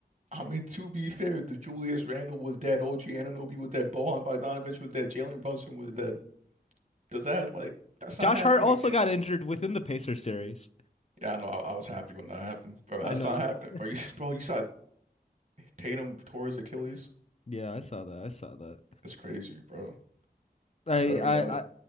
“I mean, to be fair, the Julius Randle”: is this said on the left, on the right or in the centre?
Right